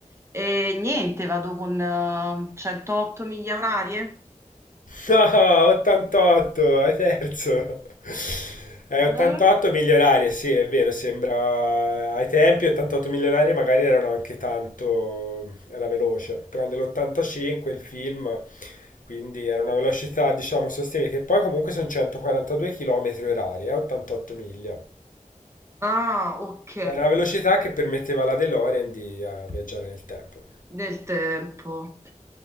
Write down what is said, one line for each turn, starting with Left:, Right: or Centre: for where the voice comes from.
Right: Eh, niente, vado con eh, 108 miglia orarie.
Left: No, 88, è terzo. Eh, 88
Right: Eh?
Left: migliorare, sì, è vero, sembra... Ai tempi 88 migliorare magari erano anche tanto... era veloce, però nell'85 il film, quindi era una velocità, diciamo, sostenibile, che poi comunque sono 142 km orari, eh, 88 miglia.
Right: Ah, ok,
Left: Era una velocità che permetteva alla DeLorean di eh, viaggiare nel tempo.
Right: del tempo.